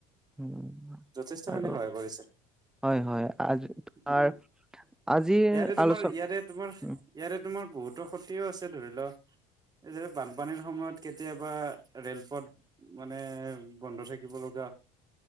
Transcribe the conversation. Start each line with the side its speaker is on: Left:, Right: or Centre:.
Centre: উম,
Right: যথেষ্টখিনি
Centre: আৰু
Right: সহায় কৰিছে
Centre: হয়, হয়। আজি তোমাৰ
Right: উ
Centre: আজিৰ
Right: ইয়াৰে তোমাৰ
Centre: আলোচনা
Right: ইয়াৰে তোমাৰ
Centre: উম,
Right: ইয়াৰে তোমাৰ বহুত ফটো খতিও আছে ধৰি লও এইৰে বানপানীৰ সময়ত কেতিয়াবা ৰেলপথ মানে বন্ধ থাকিব লগা